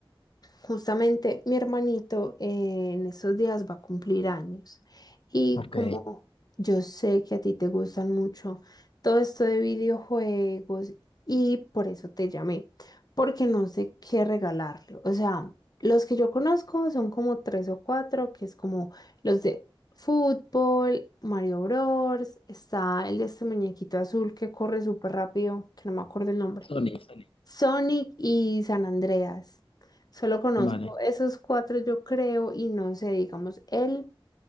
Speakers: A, on the left (about 45°); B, on the left (about 75°).
A: Justamente mi hermanito eh, en esos días va a cumplir años y
B: Eh,
A: como yo sé que a ti te gustan mucho todo esto de videojuegos y por eso te llamé, porque no sé qué regalarle. O sea, los que yo conozco son como tres o cuatro, que es como los de fútbol, Mario Bros, está el de este muñequito azul que corre súper rápido, que no me acuerdo el nombre.
B: Sony, Sony.
A: Sonic y San Andreas. Solo conozco
B: Vale.
A: esos cuatro, yo creo, y no sé, digamos, él